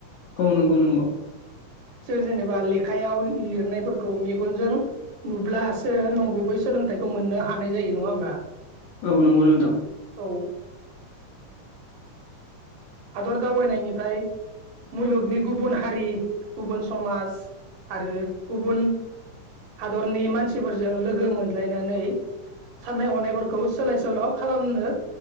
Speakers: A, on the left; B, on the right.
A: औ नंगौ नंगौ।
B: जों जेनेबा लेखायाव लिरनायफोरखौ मेगनजों नुब्लासो नंगौ बैसोर सोलोंथाइखौ मोननो हानाय जायो नङा होमबा?
A: औ नंगौ नोंथां।
B: औ। हादर दावबायनायनिफ्राय मुलुगनि गुबुन हारि गुबुन समाज आरो गुबुन हादरनि मानसिफोरजों लोगो मोनज्लायनानै साननाय हनायफोरखौ सोलाय सोल' खालामनो